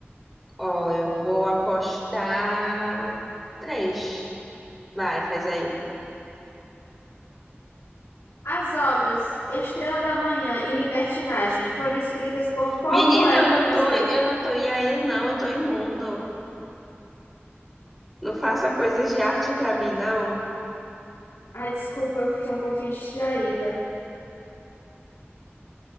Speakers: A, in the centre; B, on the left.
A: Ó, eu vou apostar três. Vai, faz aí.
B: As obras Estrela da Manhã e Libertinagem foram escritas por qual
A: Menina,
B: poeta
A: eu não
B: brasileiro?
A: tô, eu não tô em aí, não, eu tô imundo. Não faça coisas de arte pra mim, não.
B: Ai, desculpa, eu fiquei um pouquinho distraída.